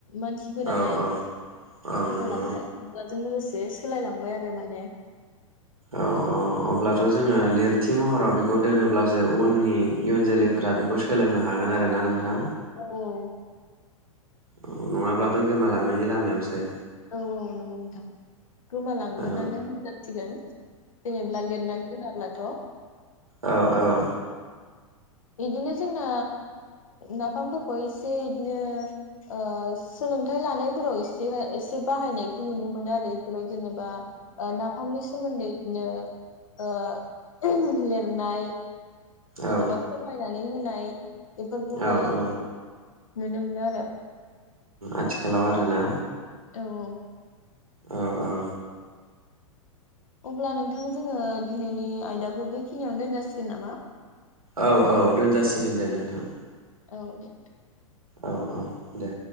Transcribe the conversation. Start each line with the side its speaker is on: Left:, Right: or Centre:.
Left: मानसिफोराहाय
Right: औ औ औ
Left: आथिखालावहाय
Right: नंगौ
Left: <unintelligible> जों लोगोसे सोलायलांबाय आरो माने।
Right: औ औ अब्लाथ' जोङो लिरथि महराव बेखौ दोनोब्लासो उननि इयुन जोलैफोरा बेखौ सोलोंनो हागोन आरोना नोंथां।
Left: औ।
Right: औ नङाब्लाथ' गोमालांनायनि लामायावसै
Left: औ औ नंगौ नोंथां गोमालांगोनानो
Right: औ
Left: होनजासिगोन जेनेब्ला लिरनानै दोनाब्लाथ'
Right: औ औ
Left: इदिनो जोंना नाफामफोरखौ एसे बिदिनो सोलोंथाइ लानायफोराव एसे एसे बाहायनायखौ नुनो मोनो आरो इफोराव जेनेबा ओ नाफामनि सोमोन्दै बिदिनो ओ लिरनाय जेनेबा
Right: औ
Left: फोरमायनानै नानै होनाय बेफोरखौहाय
Right: औ औ
Left: नुनो मोनो आरो
Right: आथिखालाव आरोना
Left: औ औ
Right: औ औ
Left: अब्ला नोंथां जोङो दिनैनि आयदाखौ बेखिनियावनो दोनजासिगोन नामा
Right: औ औ दोनजासिगोन दे नोंथां
Left: औ दे
Right: औ औ दे